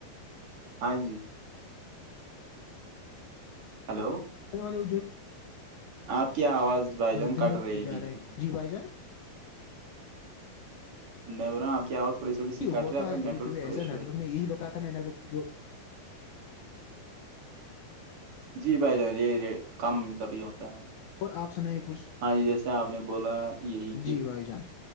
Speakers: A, on the right (about 40°); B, on the left (about 70°).
A: ہاں جی ہلو
B: والے
A: آپ کی آواز بھائی جان کٹ
B: دن بدتے
A: رہی ہے
B: جا
A: بیچ
B: رہے ہیں
A: بیچ میں
B: جی بھائی جان
A: میں بول رہا آپ کی آواز تھوڑی تھوڑی سی کٹ
B: ہوتا
A: رہی آپ کا
B: ہے
A: نیٹ
B: کبھی
A: ورک
B: کھی
A: تھوڑا
B: ایسا
A: ایشو
B: نیٹ
A: ہے
B: ورک میں یہی بتا تھا میں نیٹ ورک کی جو
A: جی بھائی جان یہی کام کا بھی ہوتا ہے
B: اور آپ سنیں کچھ
A: ہاں جی جیسے آپ نے بولا یہی کہ
B: جی بھائی جان